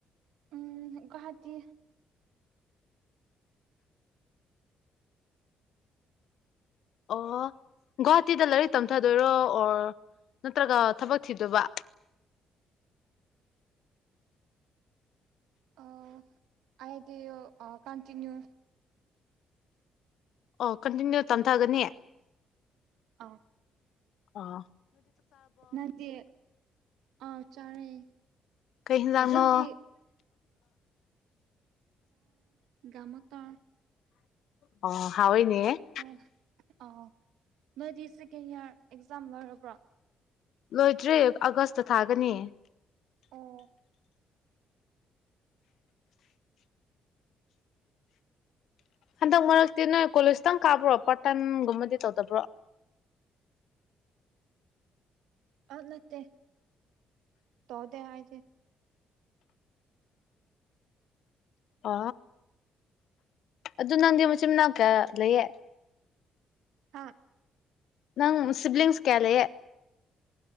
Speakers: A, on the right; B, on the left.
A: ꯎꯝ ꯒꯋꯥꯍꯥꯇꯤ
B: ꯑꯣ ꯒꯣꯍꯥꯇꯤꯗ ꯂꯥꯏꯔꯤꯛ ꯇꯝꯊꯗꯣꯏꯔꯣ ꯑꯣꯔ ꯅꯠꯇ꯭ꯔꯒ ꯊꯕꯛ ꯊꯤꯗꯕ
A: ꯑ ꯑꯩꯗꯤ ꯀꯟꯇꯤꯅ꯭ꯌꯨ
B: ꯑꯣ ꯀꯟꯇꯤꯅ꯭ꯌꯨ ꯇꯝꯊꯒꯅꯤ
A: ꯑꯥ
B: ꯑꯥ
A: ꯅꯗꯤ ꯑꯥꯎ ꯆꯥꯔꯦ
B: ꯀꯩ ꯂꯅ
A: ꯅꯣꯏꯗꯤ ꯗꯥ ꯃ ꯇꯥ
B: ꯑꯣ ꯍꯥꯎꯅꯦ
A: ꯑꯣ ꯑꯥꯎ ꯅꯣꯏꯗꯤ ꯁꯦꯀꯦꯟ ꯏꯌꯥꯔ ꯑꯦꯛꯖꯥꯝ ꯂꯣꯏꯔꯕ꯭ꯔꯣ
B: ꯂꯣꯏꯗ꯭ꯔꯦ ꯑꯥꯒꯁꯇ ꯊꯥꯒꯅꯤ
A: ꯑꯣ
B: ꯍꯟꯗꯛ ꯃꯔꯛꯇꯤ ꯅꯣꯏ ꯀꯣꯂꯦꯖꯇꯪ ꯀꯥꯕ꯭ꯔꯣ ꯄꯥꯔꯠ ꯇꯥꯏꯝꯒꯨꯝꯕꯗꯤ ꯇꯧꯗꯕ꯭ꯔꯣ
A: ꯑ ꯃꯠꯇꯦ ꯇꯣꯗꯦ ꯍꯥꯏ
B: ꯑ ꯑꯗꯨ ꯅꯪꯗꯤ ꯃꯆꯤꯟ ꯃꯅꯥꯎ ꯀꯌꯥ ꯂꯩꯌꯦ
A: ꯍꯥꯥ
B: ꯅꯪ ꯁꯤꯞꯂꯤꯡꯁ ꯀꯦꯂꯦ